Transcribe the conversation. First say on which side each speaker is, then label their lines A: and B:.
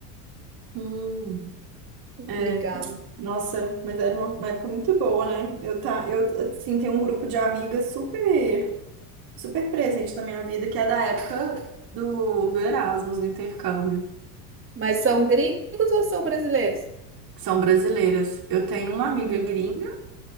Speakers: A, on the right; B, on the right.
A: Hum, é.
B: Ligava.
A: Nossa, mas era uma uma época muito boa, né? Eu, tá, eu assim, tenho um grupo de amigas super, super presente na minha vida, que é da época do, do Erasmus, do intercâmbio.
B: Mas são gringos ou são brasileiros?
A: São brasileiras. Eu tenho uma
B: Hum,
A: amiga gringa.